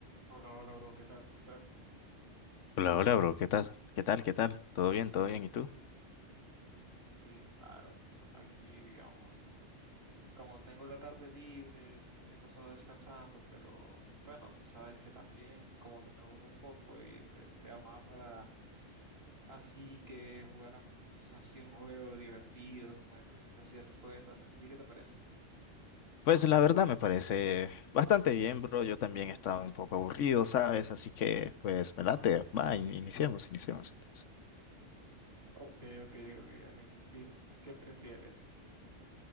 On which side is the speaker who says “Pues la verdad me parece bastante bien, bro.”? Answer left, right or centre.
Left